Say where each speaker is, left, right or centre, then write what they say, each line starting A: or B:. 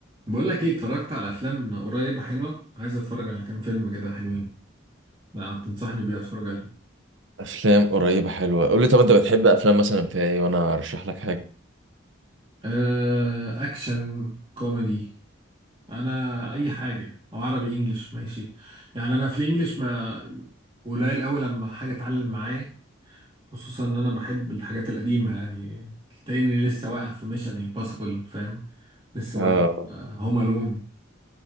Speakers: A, on the right; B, on the right.
A: بقول لك ايه اتفرجت على افلام قريبه حلوه عايز اتفرج على كام فيلم كده حلوين ما تنصحني بيه اتفرج عليه
B: افلام قريبه حلوه قول لي طب انت بتحب افلام مثلا في ايه وانا ارشح لك حاجه
A: آه، اكشن كوميدي انا اي حاجه او عربي انجليش ماشي يعني انا في الانجليش ما قليل قوي لما حاجه اتعلم معايا خصوصا ان انا بحب الحاجات القديمه يعني تلاقيني لسه واقع في ميشن امبوسيبل فاهم لسه
B: اه
A: واقع هوم الون